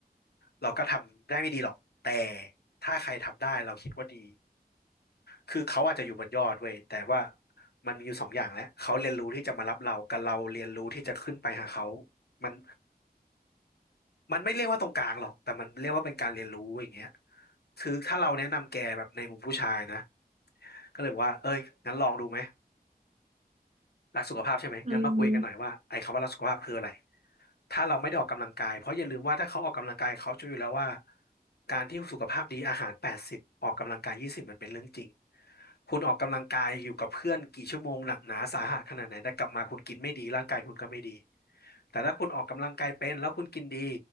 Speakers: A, on the left; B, on the right.
A: เราก็ทำได้ไม่ดีหรอกแต่ถ้าใครทำได้เราคิดว่าดีคือเขาอาจจะอยู่บนยอดเว้ยแต่ว่ามันมีอยู่สองอย่างแหละเขาเรียนรู้ที่จะมารับเรากับเราเรียนรู้ที่จะขึ้นไปหาเขามัน มันไม่เรียกว่าตรงกลางหรอกแต่มันเรียกว่าเป็นการเรียนรู้อย่างเงี้ยคือถ้าเราแนะนำแกแบบในมุมผู้ชายนะก็เลยบอกว่าเอ้ยงั้นลองดูไหมรักสุขภาพใช่ไหมงั้นมาคุยกันหน่อยว่าไอ้คำว่ารักสุขภาพคืออะไร
B: อืม
A: ถ้าเราไม่ได้ออกกำลังกายเพราะอย่าลืมว่าถ้าเขาออกกำลังกายเขาจะรู้อยู่แล้วว่าการที่สุขภาพดีอาหารแปดสิบออกกำลังกายยี่สิบมันเป็นเรื่องจริง คุณออกกำลังกายอยู่กับเพื่อนกี่ชั่วโมงหนักหนาสาหัสขนาดไหนแต่กลับมาคุณกินไม่ดีร่างกายคุณก็ไม่ดี แต่ถ้าคุณออกกำลังกายเป็นแล้วคุณกินดี